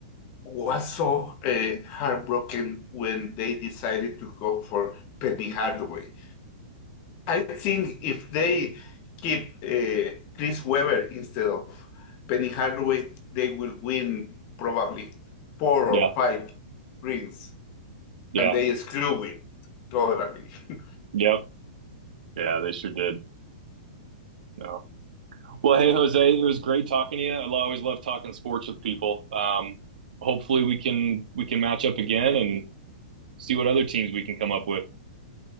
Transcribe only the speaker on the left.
was so uh, heartbroken when they decided to go for Penny Hardaway. I think if they keep uh, Chris Webber instead of Penny Hardaway, they will win probably four
or five rings,
and they screw it totally. <laughs>